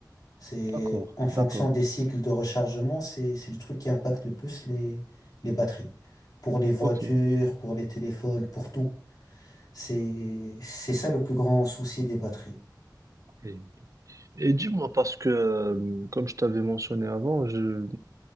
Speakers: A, on the left; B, on the right.
A: C'est
B: d'accord,
A: en fonction
B: d'accord.
A: des cycles de rechargement, c'est c'est le truc qui impacte le plus les les batteries. Pour les voitures,
B: Ok.
A: pour les téléphones, pour tout. C'est c'est ça le plus grand souci des batteries.
B: Et, et dis-moi parce que euh, comme je t'avais mentionné avant, je